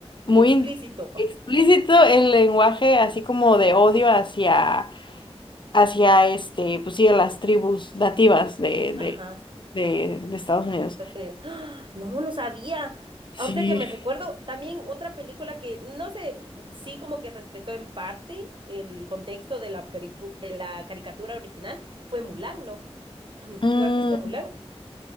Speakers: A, on the left (about 50°); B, on the right (about 50°).
A: muy
B: Explícito.
A: explícito el lenguaje, así como de odio hacia hacia este, pues sí, a las tribus nativas de, de,
B: Ajá.
A: de, de Estados Unidos.
B: de Estados Unidos. ¡Ah! No, no sabía.
A: Sí.
B: Ahorita que me recuerdo, también otra película que no sé, sí como que respetó en parte el contexto de la, pericu- de la caricatura original fue Mulan, ¿no? <clears throat>
A: Mm,
B: ¿Tú has visto Mulan?